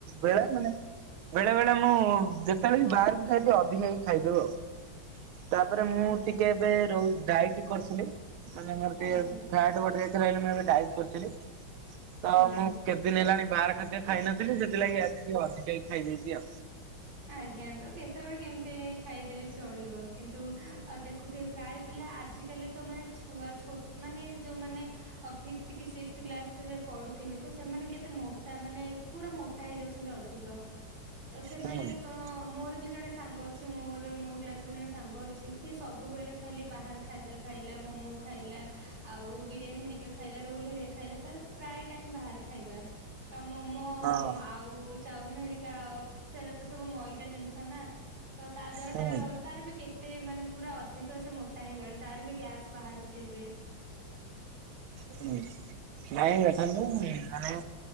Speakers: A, on the right; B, on the right.
A: ବେଳେ ମାନେ ବେଳେ ବେଳେ ମୁଁ ଯେତେବେଳେ ବି ବାହାରକୁ ଯାଏ ଟିକେ ଅଧିକା କି ଖାଇଦଉ ଆଉ। ତାପରେ ମୁଁ
B: ଆଜ୍ଞା
A: ଟିକେ ଏବେ ର ଡାଇଟି କରୁଥିଲି। ମାନେ ମୋର ଟିକେ
B: ଆଜ୍ଞା
A: ଫ୍ୟାଟ ବଢ଼ି ଯାଇଥିଲା ବୋଲି ମୁଁ ଏବେ ଡ଼ାଇଟି କରିଥିଲି। ତ
B: ଆଜ୍ଞା
A: ମୁଁ କେତେଦିନ ହେଲାଣି ବାହାର ଖାଦ୍ୟ ଖାଇନଥିଲି, ସେଥିଲାଗି ଆଜି ଟିକେ ଅଧିକାକି ଖାଇ ଦେଇଚି ଆଉ।
B: ଆଜ୍ଞା ତ କେତେବେଳେ କେମିତି ଖାଇଦେଲେ ଚଳିବ। କିନ୍ତୁ ଅ ଦେଖୁଥିବେ ପ୍ରାୟ ପିଲା ଆଜିକାଲି ତ ମାନେ ଛୁଆ ଛ ମାନେ ଯୋଉମାନେ ଅ ଫିପ୍ଥ କି ସିକ୍ସ୍ଥ କ୍ଲାସ ରେ ପଢୁଥିବେ ତ ସେମାନେ କେତେ ମୋଟା ମାନେ ପୁରା ମୋଟା ହେଇଯାଉଛନ୍ତି ଅଧିକ, ତ ସେମାନେ
A: ହଁ
B: ହ ମୋର ବି ଜଣେ ସାଙ୍ଗ ଅଛି। ମୋର ମୋ କ୍ଲାସ ର ଜଣେ ସାଙ୍ଗ ଅଛି ସିଏ ସବୁବେଳେ ଖାଲି ବାହାର ଖାଦ୍ୟ ଖାଇଲା ମୋମୋ ଖାଇଲା, ଆଉ ବିରିୟାନୀ ହେରିକା ଖାଇଲା ରୋଲ ହରିକା ଖାଇଲା। ତାର ସ ପ୍ରାୟ ଟାଇମ ବାହାରେ ଖାଇବା। ତ ମୋମୋ
A: ହଁ।
B: ଆଉ ଚାଉମିିନ ହେରିକା ଆ ତ ସବୁ ମଇଦା ଜିନିଷ ନା ତ ତା ଦ୍ଵାରା
A: ହୁଁ
B: ତାର ତାର ବି କେତେ ମାନେ ପୁରା ଅଧିକ ସେ ମୋଟା ହେଇଗଲାଣି, ତାର ବି ଗ୍ୟାସ୍ ବାହାରୁଛି ଏବେ।
A: ହଁ ନାଇଁ ଦେଖନ୍ତୁ ମାନେ